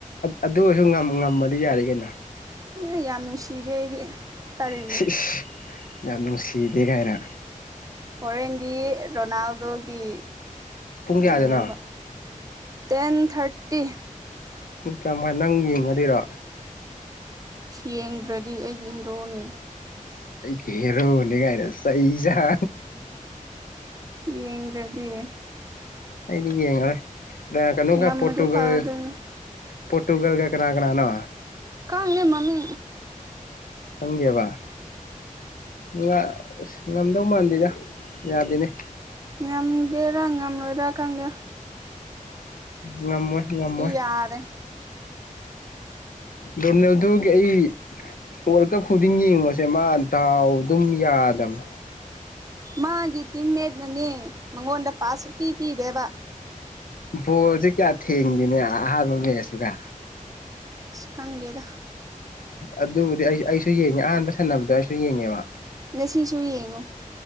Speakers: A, on the left; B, on the right.
A: ꯑꯗꯨ ꯑꯣꯏꯔꯁꯨ ꯉꯝꯃꯗꯤ ꯌꯥꯔꯦ ꯀꯩꯅꯣ
B: ꯎ ꯌꯥꯝ ꯅꯨꯡꯁꯤꯖꯦ ꯑꯩꯗꯤ ꯇꯔꯤꯌꯦ
A: ꯁꯤꯁ ꯌꯥꯝ ꯅꯨꯡꯁꯤꯗꯦ ꯀꯥꯏꯔ
B: ꯍꯣꯔꯦꯟꯗꯤ ꯔꯣꯅꯥꯜꯗꯣꯒꯤ
A: ꯄꯨꯡ ꯀꯌꯥꯗꯅꯣ
B: ꯌꯦꯡꯕ ꯇꯦꯟ ꯊꯥꯔꯇꯤ ꯇꯦ
A: ꯆꯃꯥꯏ ꯅꯪ ꯌꯦꯡꯉꯗꯣꯏꯔꯣ
B: ꯌꯦꯡꯗ꯭ꯔꯗꯤ ꯑꯩꯒꯤ ꯍꯤꯔꯣꯅꯦ
A: ꯈꯦꯔꯣ ꯍꯧꯅꯤꯒ ꯍꯥꯏꯅ ꯆꯩꯖꯥ ꯑ
B: ꯌꯦꯡꯗ꯭ꯔꯗꯤ
A: ꯑꯩꯗꯤ ꯌꯦꯡꯉꯔꯦ ꯀꯩꯅꯣꯀ
B: ꯉꯝꯃꯗꯤ
A: ꯄꯣꯇꯨꯒꯜ
B: ꯐꯗꯣꯏꯅꯤ
A: ꯄꯣꯔꯇꯨꯒꯜꯒ ꯀꯅꯥ ꯀꯅꯥꯅꯣ
B: ꯀꯥꯒꯦ ꯃꯃꯤ
A: ꯁꯟꯗꯕ ꯏ ꯑꯁ ꯉꯝꯗꯧ ꯃꯥꯟꯗꯦꯅ ꯌꯥꯗꯦꯅꯦ
B: ꯉꯒꯦꯔꯉ ꯉ ꯂꯣꯏꯔꯀꯪꯒ
A: ꯉꯝꯃꯣꯏ ꯉꯝꯃꯣꯏ
B: ꯌꯥꯔꯦ
A: ꯗꯣꯅꯦꯜꯗꯨꯣꯒꯤ ꯑꯩ ꯋꯥꯔꯜ ꯀꯞ ꯈꯨꯗꯤꯡ ꯌꯦꯡꯕꯁꯦ ꯃꯥ ꯗꯥꯎ ꯑꯗꯨꯝ ꯌꯥꯗꯕꯅꯦ
B: ꯃꯥꯒꯤ ꯊ ꯃꯦ ꯅꯅꯦ ꯃꯉꯣꯟꯗ ꯄꯁꯨ ꯄꯄꯤ ꯄꯤꯗꯦꯕ
A: ꯕꯣꯁꯦ ꯀꯌꯥ ꯊꯦꯡꯗꯅꯦ ꯑꯍꯥꯟꯕ ꯂꯩꯁꯨꯒ
B: ꯑꯁ ꯈꯪꯗꯦꯗ
A: ꯑꯗꯨꯕꯨꯗꯤ ꯑꯩ ꯑꯩꯁꯨ ꯌꯦ ꯑ ꯑꯍꯥꯟꯕ ꯁꯥꯟꯅꯕꯗꯣ ꯑꯩꯁꯨ ꯌꯦꯡꯉꯦꯕ
B: ꯉꯁꯤꯁꯨ ꯌꯦꯡꯉꯨ